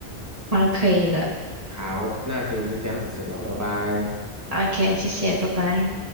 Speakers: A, on the right; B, on the right.
A: 好，可以的
B: 好，那今天就这样子先了，拜拜。
A: ，OK，谢谢，拜拜。